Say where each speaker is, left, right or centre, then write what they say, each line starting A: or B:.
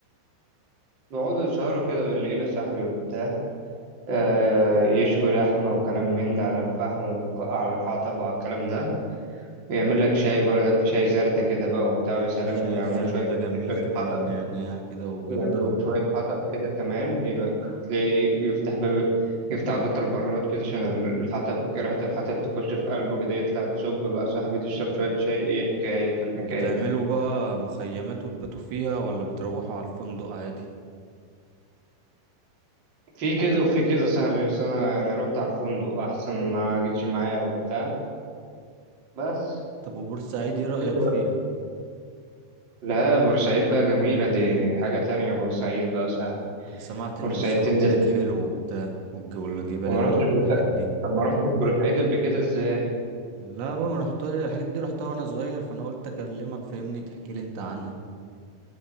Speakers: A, on the right; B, on the right.
A: بيقعدوا يسهروا كده بالليل يا صاحبي وبتاع آه يشوي لحمة وكلام من ده على الفحم وعلى الحطب وعلى الكلام ده ويعمل لك شاي بردك في شاي زردة كده بقى وبتاع
B: مم،
A: ويا سلام
B: شاي
A: ويعمل
B: الزردة
A: شوية
B: ده جميل
A: شوية
B: كده
A: حطب
B: بالنعناع كده وجامد
A: يعملوا
B: اهو
A: له شوية حطب كده كمان يبقى تلاقي إيه، يفتح باب يفتح غطا البراد كده عشان الحطب ريحة الحطب تخش في قلبه كده يطلع تصب بقى صاحبي تشرب شوية شاي ايه حكاية الحكاية
B: وبتعملوا بقى مخيمات وتباتوا فيها ولا بتروحوا على الفندق عادي
A: في كده وفي كده صاحبي بس أنا يعني رحت على الفندق أحسن ما جيتش معايا وبتاع بس
B: طب وبورسعيد ايه رأيك
A: انت بقى
B: فيها
A: لا بورسعيد بقى جميلة دي حاجة تانية بورسعيد بقى صح
B: انا سمعت
A: بورسعيد
B: ان السمك
A: تنزل
B: هناك حلو وبتاع والج- والجبال
A: طب ما
B: الملح
A: رحتش بورسعيد
B: والحاجات دي
A: طب ما رحتش بورسعيد قبل كده ازاي؟
B: لا بقى ما رحتها الحاجات دي رحتها وانا صغير فانا قلت اكلمك فاهمني تحكي لي انت عنها